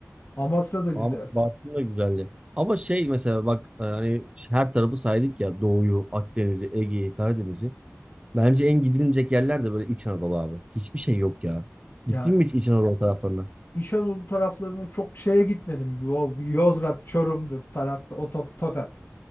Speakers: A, on the left; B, on the right.
A: Amasra da güzel.
B: Ama Bartın da güzeldi. Ama şey mesela bak e, hani her tarafı saydık ya Doğu'yu, Akdeniz'i, Ege'yi, Karadeniz'i. Bence en gidilmeyecek yerler de böyle İç Anadolu abi. Hiçbir şey yok ya.
A: Ya
B: Gittin mi hiç İç Anadolu taraflarına?
A: İç Anadolu taraflarına çok şeye gitmedim. O Yozgat, Çorum'dur tarafta o to Tokat.